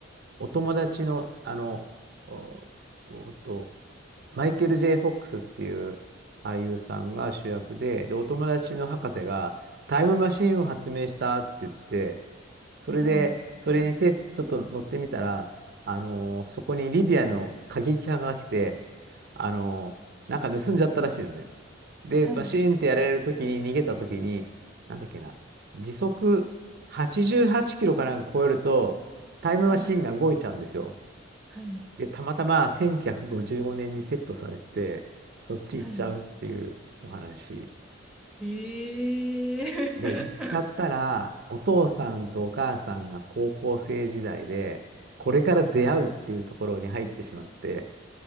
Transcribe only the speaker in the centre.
はい、
はい。
はい、はい、
はい。ええ